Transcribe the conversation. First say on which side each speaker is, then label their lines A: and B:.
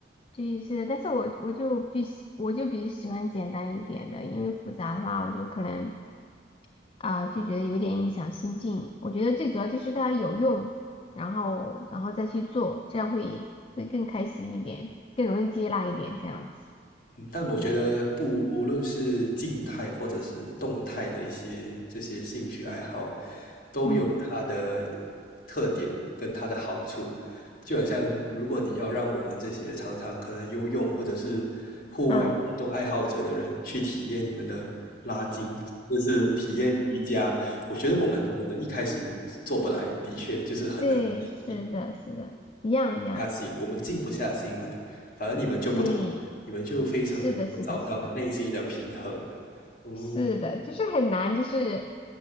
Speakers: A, on the left; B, on the left.
A: 对，是的，但是我我就比我就比较喜欢简单一点的，因为复杂的话，我就可能。啊，就觉得有点影响心境。我觉得最主要就是它有用，然后然后再去做，这样会会更开心一点，更容易接纳一点这样子。
B: 嗯，但我觉得不，无论是静态或者是动态的一些这些兴趣爱好，都有它的
A: 嗯
B: 特点跟它的好处。就好像，如果你要让我们这些常常可能游泳或者是户外活动爱好者的人去体验你们的拉筋，
A: 啊，
B: 就是体验瑜伽，我觉得我们可能一开始做不来，的确就是很难适应。
A: 对，是的，是的，一样一样的，
B: 下心，我们静不下心来。反而你们就不同，
A: 对，
B: 你们就非常能够找到内心的平衡。
A: 是的，是的，是的。
B: 嗯，
A: 是的，就是很难，就是